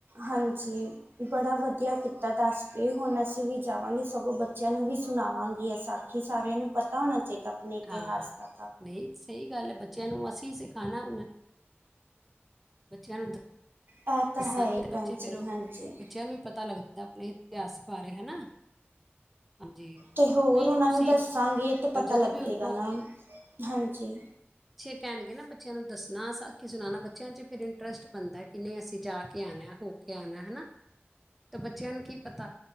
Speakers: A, on the right; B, in the centre.
A: ਹਾਂਜੀ ਬੜਾ ਵਧੀ ਵਧੀਆ ਕੀਤਾ ਦੱਸ ਕੇ ਹੁਣ ਅਸੀਂ ਵੀ ਜਾਵਾਂਗੇ ਸਗੋਂ ਬੱਚਿਆਂ ਨੂੰ ਵੀ ਸੁਣਾਵਾਂਗੇ ਅ ਸਾ ਆਖੀ ਸਾਰਿਆਂ ਨੂੰ ਪਤਾ ਹੋਣਾ ਚਾਹੀਦਾ। ਆਪਣੇ ਇਤਿਹਾਸ
B: ਹਾਂ।
A: ਤਾ
B: ਨਹੀਂ ਸਹੀ ਗੱਲ ਬੱਚਿਆਂ ਨੂੰ ਅਸੀਂ ਸਿਖਾਣਾ ਉਹਨ ਬੱਚਿਆਂ ਨੂੰ
A: ਆਹ
B: ਦੱਸਾਂਗੇ
A: ਤਾਂ ਹੈ
B: ਤੇ
A: ਭੈਣ
B: ਬੱਚੇ ਫੇਰ
A: ਜੀ ਹਾਂਜੀ
B: ਬੱਚਿਆਂ ਨੂੰ ਵੀ ਪਤਾ ਲੱਗਦਾ ਆਪਣੇ ਇਤਿਹਾਸ ਬਾਰੇ ਹਨਾ। ਹਾਂਜੀ
A: ਤੇ ਹੋਰ
B: ਕੋਈ ਨੀ
A: ਉਹਨਾ
B: ਤੁਸੀਂ
A: ਨੂੰ ਦਸਾਂਗੇ ਤੇ ਪਤਾ
B: ਜਦੋਂ
A: ਲੱਗੇਗਾ
B: ਵੀ ਹੁਣ
A: ਨਾ ਹਾਂਜੀ
B: ਪੱਛੇ ਕਹਿਣਗੇ ਨਾ ਬੱਚਿਆਂ ਨੂੰ ਦੱਸਣਾ ਕਿ ਸੁਣਾਣਾ ਬੱਚਿਆਂ ਚ ਫਿਰ ਇੰਟਰਸਟ ਬਣਦਾ ਕਿ ਨਹੀਂ ਅਸੀਂ ਜਾ ਕੇ ਆਣਾ ਹੋ ਕੇ ਆਣਾ ਹਨਾ ਤੇ ਬੱਚਿਆਂ ਨੂੰ ਕੀ ਪਤਾ